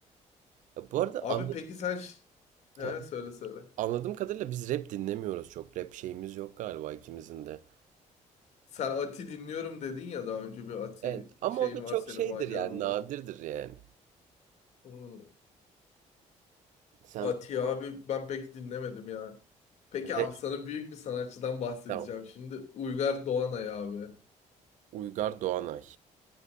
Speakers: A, on the right; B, on the left.
A: Ya Bu arada
B: Abi
A: anlat...
B: peki sen... ş- Ha,
A: Tamam.
B: söyle söyle.
A: Anladığım kadarıyla biz rap dinlemiyoruz çok. Rap şeyimiz yok galiba ikimizin de.
B: Sen Ati dinliyorum dedin ya daha önce bir Ati
A: Evet. Ama
B: şeyin
A: o da
B: var
A: çok
B: senin
A: şeydir
B: maceran
A: yani nadirdir
B: var.
A: yani.
B: Hmm,
A: Sen
B: Atiye abi ben pek dinlemedim ya. Peki
A: rap.
B: abi sana büyük bir sanatçıdan bahsedeceğim.
A: Tamam.
B: Şimdi Uygar Doğanay abi.
A: Uygar Doğanay.